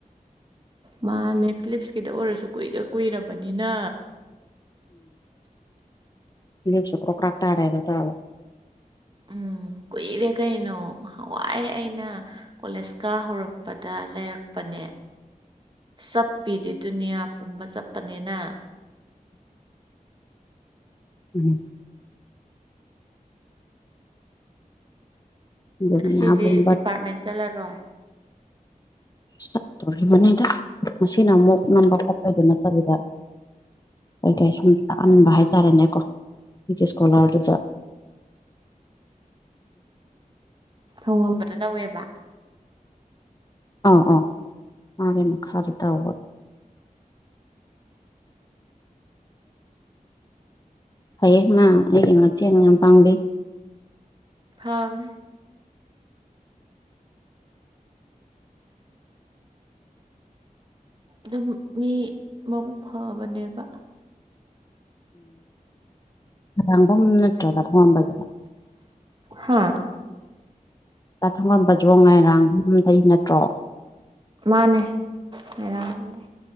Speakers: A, on the right; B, on the left.
A: ꯃꯥꯅꯦ ꯐꯤꯂꯤꯞꯁꯀꯤꯗ ꯑꯣꯏꯔꯁꯨ ꯀꯨꯏꯒ ꯀꯨꯏꯔꯕꯅꯤꯅ
B: ꯎꯝꯁꯨꯨ ꯀ꯭ꯔꯣ ꯀ꯭ꯔꯥ ꯇꯔꯦꯗ ꯇ
A: ꯎꯝ ꯀꯨꯏꯔꯦ ꯀꯩꯅꯣ ꯍꯥꯟꯋꯥꯏ ꯑꯩꯅ ꯀꯣꯂꯦꯖꯀ ꯍꯧꯔꯛꯄꯗ ꯂꯩꯔꯛꯄꯅꯦ
B: <inaudible>
A: ꯆꯠꯄꯤꯗꯤ ꯗꯨꯅꯤꯌꯥ ꯄꯨꯝꯕ ꯆꯠꯄꯅꯤꯅ
B: ꯎꯝ ꯗꯨꯅꯤꯌꯥꯕꯨꯝꯕ
A: ꯑꯁꯤꯗꯤ ꯗꯤꯄꯥꯔꯠꯃꯦꯟ ꯆꯠꯂꯔꯣꯏ
B: ꯆꯠꯇꯣꯔꯤꯕꯅꯤꯗ ꯃꯁꯤꯅ ꯑꯃꯨꯛ ꯅꯝꯕ ꯈꯣꯠꯄꯩꯗꯨ ꯅꯠꯇꯕꯤꯗ ꯀꯩꯀꯩ ꯁꯣꯨꯝ ꯇꯥꯛꯍꯟꯕ ꯍꯥꯏꯇꯥꯔꯦꯅꯦꯀꯣ ꯑꯩꯒꯤ ꯏꯁꯀꯣꯂꯥꯔꯗꯨꯗ
A: ꯎ ꯂꯧꯧꯋꯦꯕ
B: ꯑ ꯑꯣ ꯃꯥꯒꯦ ꯃ ꯈ ꯈꯔ ꯇꯥꯎꯕ ꯐꯩꯌꯦ ꯃꯥ ꯑꯩ ꯃꯇꯦꯡ ꯌꯥꯝ ꯄꯥꯡꯕꯤ
A: ꯐꯥꯎꯅꯦ ꯑꯗꯨꯝ ꯃꯤ ꯃꯕꯨꯛ ꯐꯕꯅꯦꯕ
B: ꯎꯝꯥꯡꯐꯝ ꯅꯠꯇ꯭ꯔꯒ ꯊꯧꯉꯥꯟꯕꯗ
A: ꯍꯥꯥ
B: ꯆꯥꯛꯊꯪꯉ ꯄꯖꯣ ꯉꯥꯏꯔꯥꯡꯗꯨꯝ ꯂꯩ ꯅꯠꯇ꯭ꯔꯣ
A: ꯃꯥꯅꯦꯔꯝꯗ